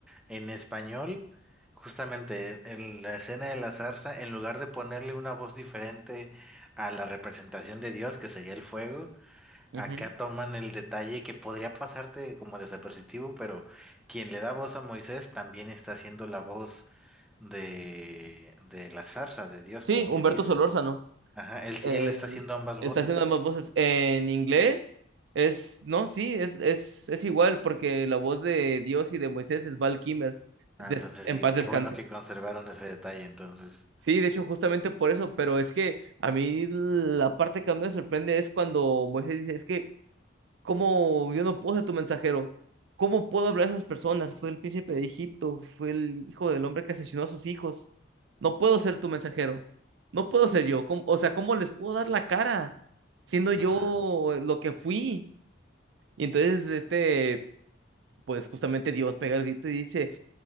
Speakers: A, in the centre; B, on the right (about 70°).
A: en español, justamente en la escena de la zarza, en lugar de ponerle una voz diferente a la representación de Dios, que sería el fuego,
B: Ujú.
A: acá toman el detalle que podría pasarte como desapercibido, pero quien le da voz a Moisés también está haciendo la voz de, de la zarza, de Dios,
B: Sí,
A: como
B: Humberto
A: quien dice.
B: Solórzano.
A: Ajá, él,
B: eh,
A: él está haciendo ambas voces.
B: está haciendo ambas voces. En inglés es, no, sí, es, es, es igual, porque la voz de Dios y de Moisés es Val Kilmer.
A: Ah,
B: Des-
A: entonces
B: en
A: sí,
B: paz
A: qué
B: descanse.
A: bueno que conservaron ese detalle, entonces.
B: Sí, de hecho, justamente por eso, pero es que a mí la parte que más me sorprende es cuando Moisés dice, es que ¿Cómo yo no puedo ser tu mensajero? ¿Cómo puedo hablar a esas personas? Fue el príncipe de Egipto, fue el hijo del hombre que asesinó a sus hijos. No puedo ser tu mensajero. No puedo ser yo. ¿Cómo- o sea, ¿cómo les puedo dar la cara siendo yo
A: Ajá,
B: lo que fui? Y entonces, este, pues justamente Dios pega el grito y dice,